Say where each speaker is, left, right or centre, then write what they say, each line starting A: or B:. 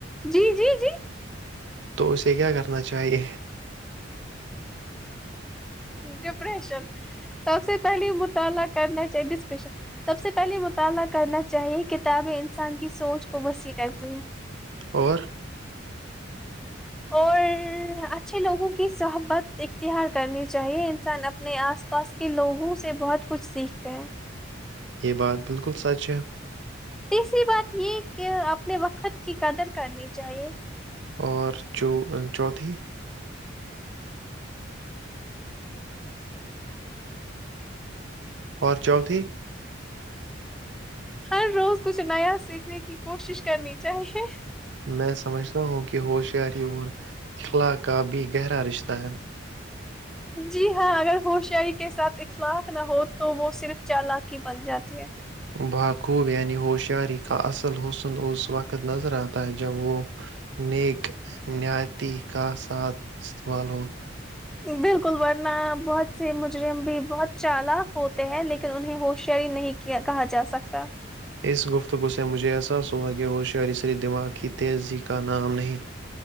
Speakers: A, in the centre; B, on the right (about 60°).
A: جی جی جی
B: تو اسے کیا کرنا چاہیے
A: ڈپریشن سب سے پہلے مطالعہ کرنا چاہیے ڈسپریشن سب سے پہلے مطالعہ کرنا چاہیے کتابیں انسان کی سوچ کو وسیع کرتی ہیں
B: اور
A: اور اچھے لوگوں کی سحبت اختیہار کرنی چاہیے انسان اپنے آس پاس کے لوگوں سے بہت کچھ سیکھتے ہیں
B: یہ بات بالکل سچ ہے
A: تیسری بات یہ کہ اپنے وقت کی قدر کرنی چاہیے
B: اور چو چوتھی اور چوتھی
A: ہر روز کچھ نیا سیکھنے کی کوشش کرنی چاہیے
B: میں سمجھتا ہوں کہ ہوشیاری اور اخلا کا بھی گہرا رشتہ ہے
A: جی ہاں اگر ہوشیاری کے ساتھ اخلاق نہ ہو تو وہ صرف چالاکی بن جاتی ہے
B: باکوب یعنی ہوشیاری کا اصل حسن اس وقت نظر آتا ہے جب وہ نیک نتی کا ساتھ استعمال ہو
A: بالکل ورنہ بہت سے مجرم بھی بہت چالاک ہوتے ہیں لیکن انہیں ہوشیاری نہیں کیا کہا جا سکتا
B: اس گفتگو سے مجھے احساس ہوا کہ وہ شری سری دماغ کی تیزی کا نام نہیں